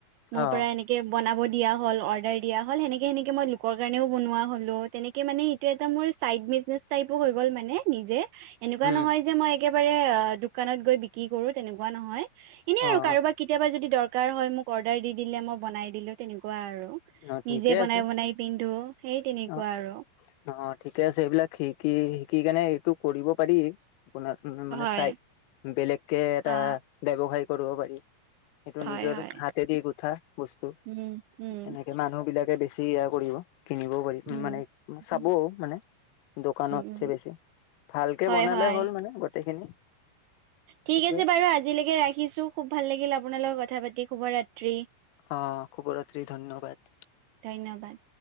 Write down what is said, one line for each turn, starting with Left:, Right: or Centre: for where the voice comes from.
Right: মোৰ
Left: অ
Right: পৰা এনেক বনাব দিয়া হ'ল অৰ্ডাৰ দিয়া হ'ল সেনেকে, সেনেকে মই লোকৰ কাৰণেও বনোৱা হলো তেনেকে মানে টো এটা মোৰ চাইদ বিজনেছ টাইপো হৈ গ'ল মানে নিজে এনেকুৱা
Left: উম
Right: নহয় যে, মই একেবাৰে দোকানত গৈ বিক্ৰী কৰো তেনেকুৱা নহয় এনেই আৰু
Left: অ
Right: কাৰোবাক কেতিয়াবা যদি দৰকাৰ হয় মোক অৰ্ডাৰ দি দিলে মই বনাই দিলো তেনেকুৱা আৰু
Left: অ ঠিকে
Right: নিজে
Left: আছে
Right: বনাই বনাই পিন্ধো সেই তেনেকুৱা
Left: অ
Right: আৰু
Left: অ', ঠিকে আছে এইবিলাক শিকি, শিকি কেনে টো কৰিব পাৰি আপোনাৰ মানে
Right: হয়
Left: চাই বেলেগকে এটা
Right: অ
Left: ব্যৱসায় কৰিব পাৰি। সেইটো
Right: হয়
Left: নিজৰ
Right: হয়
Left: হাতে দি গোঠা বস্তু
Right: উম উম
Left: এনেকে মানুহ বিলাকে বেছি য়া কৰিব কিনিবও পাৰি
Right: উম
Left: মানে, চাবও
Right: উম
Left: মানে দোকানতছে
Right: উম
Left: বেছি <unintelligible> ভালকে
Right: হয়
Left: বনালে
Right: হয়
Left: হ'ল মানে গোটেইখিনি
Right: ঠিক
Left: এইটোৱে
Right: আছে বাৰু আজিলৈকে ৰাখিছোঁ। খুব ভাল লাগিল আপোনাৰ লগত কথা পাতি শুভৰাত্ৰি।
Left: অ', শুভৰাত্ৰি ধন্যবাদ।
Right: ধন্যবাদ।